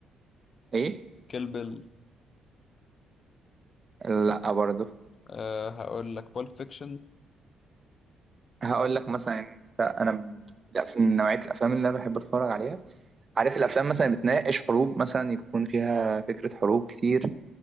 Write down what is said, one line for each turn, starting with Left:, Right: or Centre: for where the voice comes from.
Right: ايه
Left: كيل بيل
Right: لا برضه
Left: أه هقول لك بول فيكشن
Right: هقول لك مثلا يعني انا ب- الأف- من نوعيه الافلام اللي انا بحب اتفرج عليها عارف الافلام مثلا اللي بتناقش حروب مثلا يكون فيها فكره حروب كتير